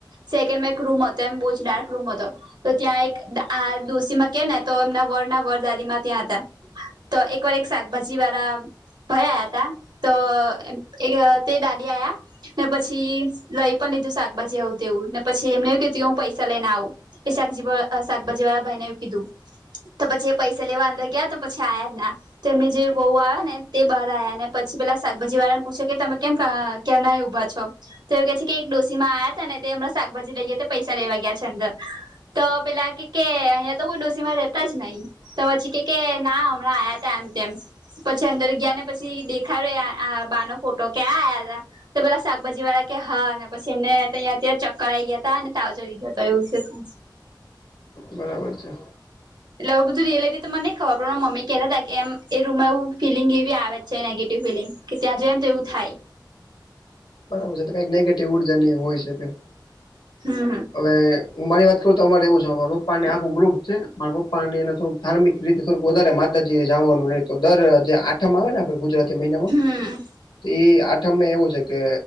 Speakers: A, on the right; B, on the left.
A: સેકન્ડમાં એક રૂમ હતો એમ બહુ જ ડાર્ક રૂમ હતો. તો ત્યાં એક આ ડોસીમાં કે ને તો એમના વડના વર દાદીમાં ત્યાં હતા. તો એકવાર એક શાકભાજી વારા ઘરે આયાતા તો એક તે દાદી આયા. ને પછી લઈ પણ લીધું શાકભાજી આવું. તેવું ને પછી એમને હું કીધું કે હું પૈસા લઈને આવું શાકજી ભ શાકભાજી વાળાભાઈ ને એવું કીધું તો પછી એ પૈસા લેવા અંદર ગયા તો પછી આયા જ ના. તેમની જે વહુ આયાને તે બહાર આયા ને પછી પેલા શાકભાજી વાળાને પૂછે કે તમે કેમ અ ક્યારના એ ઉભા છો તો એવું કે છે કે એક ડોસીમાં આયાતા ને તો એમાં શાકભાજી લઈએ તો પૈસા લેવા ગયા છે અંદર તો પેલા કે કે અહીંયા તો કોઈ ડોસીમાં રેતા જ નહી. તો પછી કે કે ના હમણાં આયાતા એમ તેમ. પછી અંદર ગયાને પછી દેખાડે આ આ બાનો ફોટો કે આ આયાતા. તો પેલા શાકભાજી વાળા કે હા પછી એમને તં ત્યારે ચક્કર આવી ગયા હતા અનેને તાવ ચડી ગયો હતો એું છે તું.
B: બરાબર છે.
A: એટલે આવું બધું જોઈ લેતી તો મને ખબર પડે ને મમ્મી કેતાતા કે એમ એ રૂમમાં એવું ફિલિંગ એવી આવે જ છે નેગેટિવ ફિલિંગ કે ત્યાં જઈએને તો એવું થાય.
B: બરાબર છે તો કાંઈક નેગેટિવ ઉર્જાને એ હોય છે ત્યાં.
A: હમ હમ
B: હવે હું મારી વાત કરું તો અમારે એવું છે મારા પપ્પાને આખું ગ્રુપ છે મારા પપ્પાને એને થોડુંક ધાર્મિક રીતે સ્વરૂપ વધારે માતાજીએ જવાનું નહીં તો દર જે આઠમાં આવે ને આપણે ગુજરાત મહિનામાં
A: હમ
B: ત આઠમ એવું છે કે